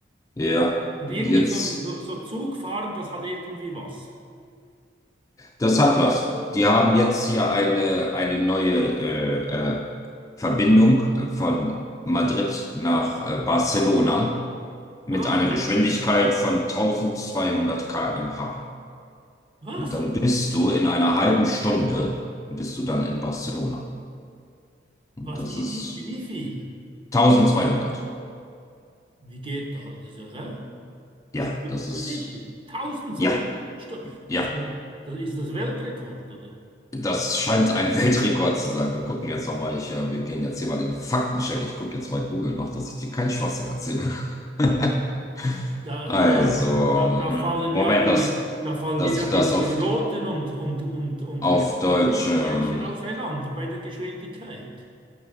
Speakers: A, on the left; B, on the right.
A: ja.
B: Und
A: Jetzt,
B: irgendwie so, so, so Zugfahren, das hat irgendwie was.
A: das hat was. Die haben jetzt hier eine, eine neue äh, äh, Verbindung von Madrid nach äh, Barcelona mit
B: Ah,
A: einer Geschwindigkeit
B: super.
A: von 1200 km/h.
B: Was?
A: Und dann bist du in einer halben Stunde, bist du dann in Barcelona. Und
B: Was?
A: das
B: Wie,
A: ist
B: wie, wie viel?
A: 1200.
B: Wie geht da? Das, ist ja, hä?
A: Ja,
B: Bist
A: das
B: bist
A: ist,
B: du sicher? 1200
A: ja,
B: Stunden.
A: ja.
B: Das ist ja- das ist das Weltrekord, oder?
A: Das scheint ein Weltrekord zu sein. Wir gucken jetzt nochmal, ich, äh, wir gehen jetzt hier mal in den Faktencheck. Ich gucke jetzt bei Google noch, dass ich dir keinen Schwachsinn erzähle. <laughs>
B: Da,
A: Also,
B: da, da, da
A: mm,
B: fallen
A: Moment,
B: ja die,
A: dass,
B: da fallen
A: dass
B: dir ja
A: ich
B: die,
A: das auf,
B: die roten und, und, und, und
A: auf
B: weißen
A: Deutsch
B: Blutplättchen
A: ähm,
B: auseinander bei der Geschwindigkeit.